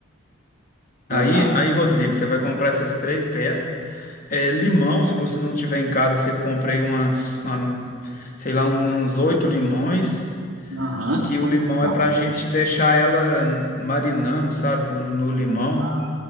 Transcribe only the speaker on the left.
Aí,
aí, Rodrigo, você vai comprar essas três peças. É, limão, se você não tiver em casa, você compra aí umas, uma- sei lá, uns oito limões,
que o limão
é pra gente deixar ela marinando, sabe, no, no limão.